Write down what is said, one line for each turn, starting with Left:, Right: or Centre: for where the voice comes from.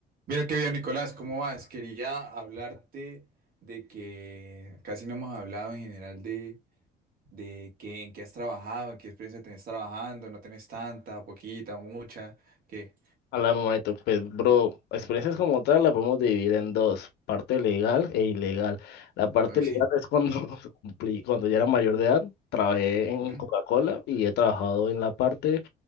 Right: Mira qué bien, Nicolás, ¿cómo vas? Quería hablarte de que casi no hemos hablado en general de, de qué, en qué has trabajado, en qué experiencia tenés trabajando, no tenés tanta, poquita, mucha, qué.
Left: Hablamos, manito. Pues, bro, experiencias como tal la podemos dividir en dos, parte legal e ilegal. La parte
Right: <laughs> Ok.
Left: legal es cuando <laughs> cumplí, cuando ya era mayor de edad, trabajé en
Right: ¿Mm?
Left: Coca-Cola y he trabajado en la parte